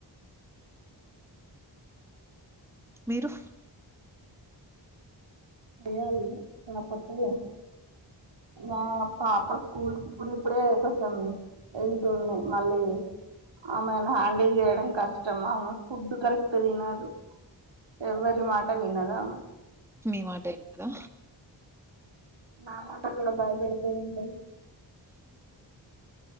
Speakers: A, in the centre; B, on the right (about 70°).
A: మీరు
B: వేయాలి ఇంకా తప్పదు కదా మా పాప స్కూల్కి ఇప్పుడు ఇప్పుడే కొంచెం వెళ్తుంది మళ్ళీ ఆమెను హ్యాండిల్ చేయడం కష్టం ఆమె ఫుడ్ కరెక్ట్ తినదు ఎవ్వరి మాట వినదామె
A: మీ మాటే ఇంటదా
B: నా మాట కూడా భయపెడితే ఇంటది